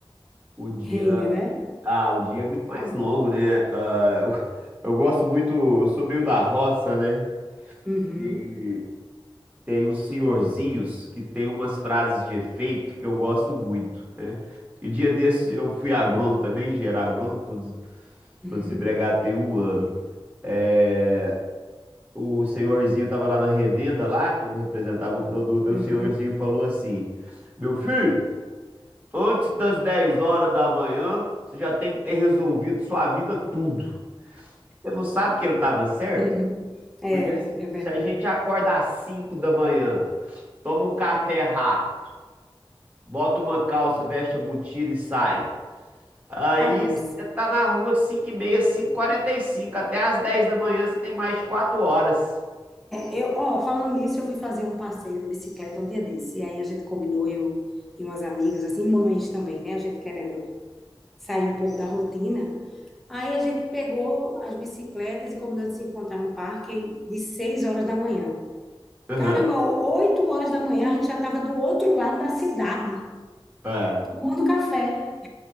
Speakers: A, on the right; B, in the centre.
A: O dia.
B: Rende, né?
A: Ah, o dia é muito mais longo, né? Ah, eu, eu gosto muito. Eu sou meio da roça, né?
B: Uhum,
A: E tem uns senhorzinhos que tem umas frases de efeito que eu gosto muito, né? E dia desse eu fui agrônomo também, engenheiro agrônomo, tô,
B: uhum,
A: Tô desempregado tem um ano. É, o senhorzinho tava lá na revenda lá, que eu representava o produto, e
B: uhum.
A: o senhorzinho falou assim: Meu filho, antes das 10 horas da manhã, você já tem que ter resolvido sua vida tudo. Você não sabe que ele tava certo?
B: <laughs> É,
A: Porque se
B: é verdade.
A: a gente acorda às 5 da manhã, toma um café rápido, bota uma calça, veste a botina e sai. Aí
B: Acabou.
A: você tá na rua 5h30, quarenta e cinco, até às 10 da manhã você tem mais de 4 horas.
B: Eu, ó, falando nisso, eu fui fazer um passeio de bicicleta um dia desse. E aí a gente combinou, eu e umas amigas, assim, mães também, né? A gente querendo sair um pouco da rotina. Aí a gente pegou as bicicletas e combinou de se encontrar no parque de 6 horas da manhã.
A: Aham.
B: Caramba, 8 horas da manhã a gente já estava do outro lado da cidade,
A: É.
B: tomando café.